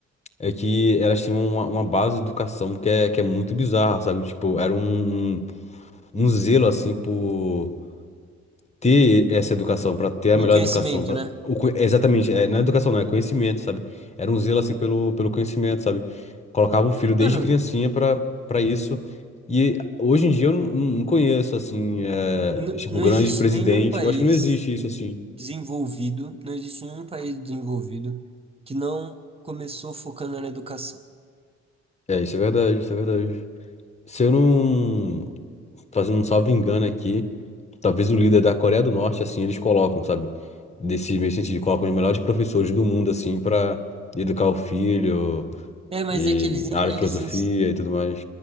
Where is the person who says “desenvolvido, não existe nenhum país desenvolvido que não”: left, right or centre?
Right